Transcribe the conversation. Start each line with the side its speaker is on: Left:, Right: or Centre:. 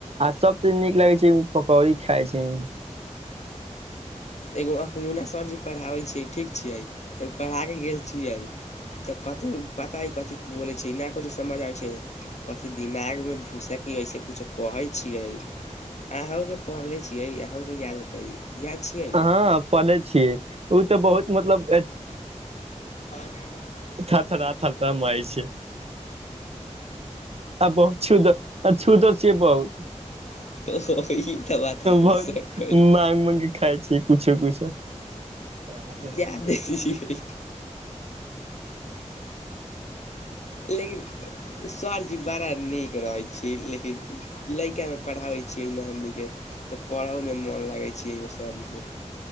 Right: आ सभसँ नीक लगैत छै ओ पकौड़ी खाइ छियै।
Left: एगो अंखमुना सरजी पढ़ाबै छै ठीक छियै। त पढ़ाके गेल छियै। त कथि पता हइ कथि बोलै छै नहि कछो समझ आबै छै, कथि दिमाग मे घुसक ऐसे कुछो कहै छियै। अहुंके पढ़ले छियै अहुं के याद हेतै याद छै
Right: हँ पले छियै ओ तऽ बहुत मतलब
Left: <unintelligible>
Right: थर थरा थर थरा मारै छै आ बहुत छुद आ छुदर छै बहुत।
Left: बहुत ओ ई तऽ बात अहाँके
Right: बहु
Left: सही कहली
Right: माग मगी खााय छी किछो कुछो <unintelligible>
Left: याद छियै लेकिन सरजी बड़ा नीक रहै छी लेकिन लड़कामे पढ़ाबै छियै हमनीके त पढ़यमे मोन लागै छै सरजी।